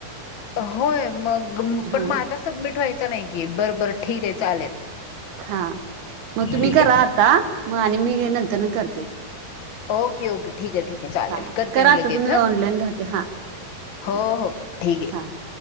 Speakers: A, on the left; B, on the right.
A: होय मग
B: हां,
A: पण माझा सबमिट व्हायचा नाही की. बर बर ठीक आहे चालेल.
B: हा मग तुम्ही
A: ठीक
B: करा
A: आहे.
B: आता. मग आणि मी नंतर करते.
A: ओके ओके ठीक आहे ठीक आहे चालेल.
B: हां,
A: करते
B: करा
A: मी
B: आता
A: लगेच
B: तुम्ही
A: ह.
B: ऑनलाईन राहते. हां,
A: हो
B: हां,
A: हो ठीक आहे.
B: हां.